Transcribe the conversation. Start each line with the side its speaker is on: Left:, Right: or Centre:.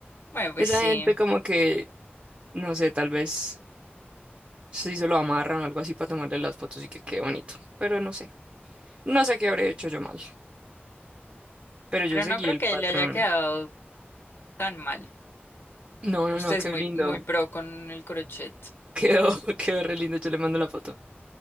Left: Bueno, pues
Right: esa
Left: sí,
Right: gente como que, no sé, tal vez... Sí, se lo amarran o algo así para tomarle las fotos y que quede bonito. Pero no sé. No sé qué habré hecho yo mal. Pero
Left: pero
Right: yo seguí
Left: no creo
Right: el
Left: que
Right: patrón.
Left: le haya quedado tan mal.
Right: No, no,
Left: Usted
Right: no,
Left: es
Right: quedó
Left: muy,
Right: lindo.
Left: muy pro con el crochet.
Right: Quedó, <laughs> quedó re lindo. Yo le mando la foto.